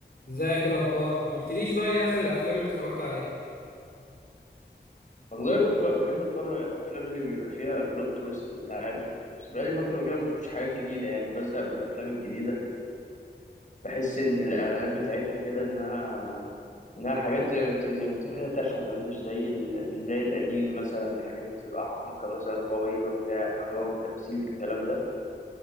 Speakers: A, on the left (about 60°); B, on the left (about 45°).
A: ازيك ايه الاخبار ما قلتليش بقى ايه اخر الافلام اللي اتفرجت عليها
B: والله بتف... بحب اتفرج على الافلام اللي بيبقى فيها بلوت تويست انت عارف بس بقالي فتره كده ما بشوفش حاجات جديده يعني بزهق من الافلام الجديده بحس ان الاعلانات بتاعتها كده انها انها حاجات زي ما ت- زي ما تكون كده تافهه فاهم مش زي ال... مش زي القديم مثلا حاجات بتبقى عميقه مثلا قويه بتاع اخراج تمثيل الكلام ده